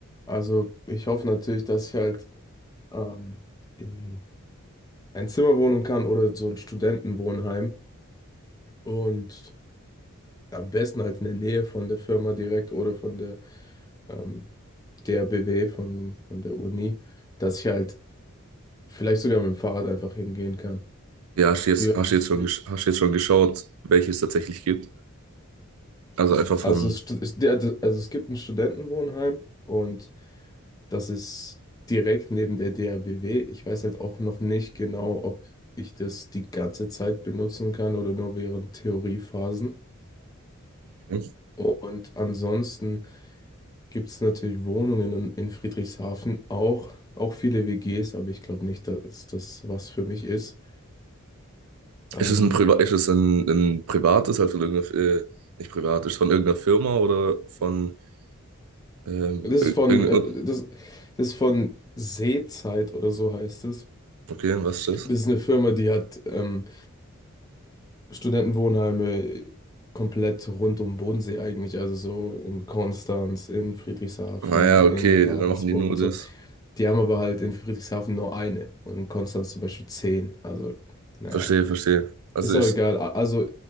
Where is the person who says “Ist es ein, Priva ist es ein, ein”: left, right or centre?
Right